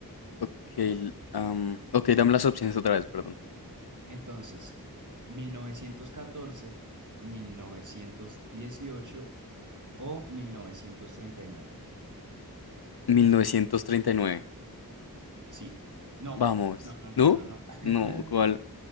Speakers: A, on the left; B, on the right.
A: Ok, l- am, ok, dame las opciones otra vez, perdón.
B: Entonces, mil mil novecientos catorce mil novecientos dieciocho o mil novecientos treinta y nueve
A: 1939.
B: Sí. No,
A: Vamos.
B: no, no, no,
A: ¿No?
B: no, no. <laughs>
A: No, ¿cuál?